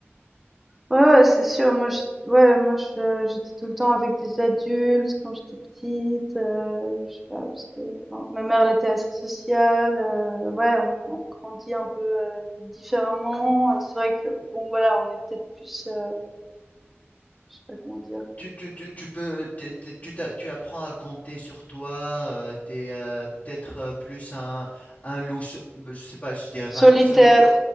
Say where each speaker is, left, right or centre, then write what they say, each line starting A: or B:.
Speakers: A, in the centre; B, on the left.
A: Ouais, ouais, c'est sûr. Moi, je, ouais, moi, je, j'étais tout le temps avec des adultes quand j'étais petite. euh, je sais pas, parce que enfin, ma mère, elle était assez sociale. euh, ouais, on, on grandit un peu euh, différemment. Et C'est vrai que, bon, voilà, on est peut-être plus, euh, je sais pas comment dire,
B: Tu, tu, tu, tu peux, t'es- t'es- tu, t'a- tu apprends à compter sur toi, tu t'es euh, peut-être euh, plus un, un loup, so- ben, je sais pas, je dirais
A: solitaire.
B: pas un loup solitaire.